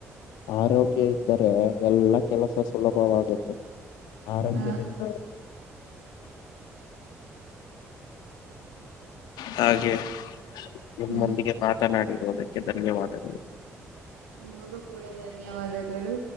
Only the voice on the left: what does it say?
ಆರೋಗ್ಯ ಇದ್ದರೆ ಎಲ್ಲಾ ಕೆಲಸ ಸುಲಭವಾಗುತ್ತುದು ಆರೋಗ್ಯದಿಂದ
ಹಾಗೆ ನಿಮ್ಮೊಂದಿಗೆ
ಮಾತನಾಡಿ ದಕ್ಕೆ ಧನ್ಯವಾದಗಳು